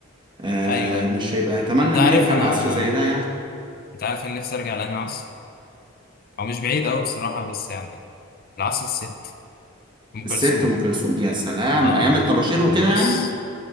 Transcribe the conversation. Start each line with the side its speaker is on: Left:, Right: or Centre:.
Right: آه
Left: ايوه ايوه
Right: مش هيبقى اتمنى
Left: انت
Right: ان
Left: عارف
Right: يرجع
Left: انا
Right: العصر زي ده يعني
Left: انت عارف انا نفسي ارجع لانهي عصر هو مش بعيد قوي بصراحة بس يعني العصر الست ام
Right: الست
Left: كلثوم
Right: ام كلثوم يا سلام
Left: اه
Right: ايام الطباشير
Left: يعني
Right: وكده
Left: بص
Right: يعني